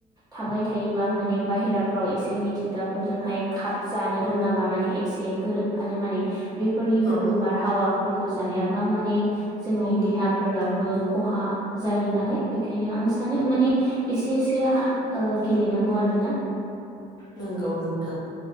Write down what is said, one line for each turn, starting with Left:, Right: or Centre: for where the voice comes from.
Right: थाबाय थायोबा माने बाहेराफ्राव एसे मिथिंगाफोरजोंहाय खाब जानो
Left: औ
Right: रोङाबा माने एसे गोरोबफानो माने बेफोरनि
Left: औ
Right: गोग्गो बारहावाफोरखौ जायाबा माने जोंनि
Left: औ
Right: देहाफोराव खहा जायो नालाय बेखायनो आं सानो माने एसेसोआ ओ गेलेनांगौ आरो। <unintelligible>
Left: नंगौ नोंथां